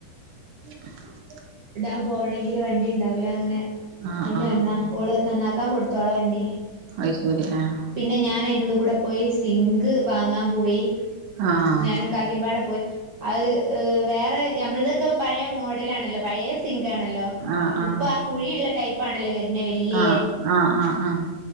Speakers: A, on the right; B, on the right.
A: <inaudible>
B: ഡാം പോവണെങ്കില് വണ്ടിണ്ടാവൂല അങ്ങനെ
A: ആഹ്
B: അയ്ന്
A: ആഹ്
B: വന്ന ഓള് നന്നാക്കാൻ കൊടുത്തോളാ വണ്ടി
A: അത് ശരി ആഹ്
B: പിന്നെ ഞാൻ അയ്ൻ്റെ ഉള്ള്കൂടെ പോയി സിങ്ക് വാങ്ങാൻ പോയി
A: ആഹ്
B: ഞാനും കാക്കിമ്പാടെ പോയി അത് വേറെ നഞമ്മൾതൊക്കെ പഴയ മോഡലാണല്ലോ പഴയ സിങ്കാണല്ലോ
A: ആഹ്
B: അപ്പ
A: ആഹ്
B: ഇപ്പൊ ആ കുഴിയുള്ള ടൈപ്പാണല്ലോ വെര്ന്നെ വല്യ
A: ആഹ് ആഹ് ആഹ് ആഹ്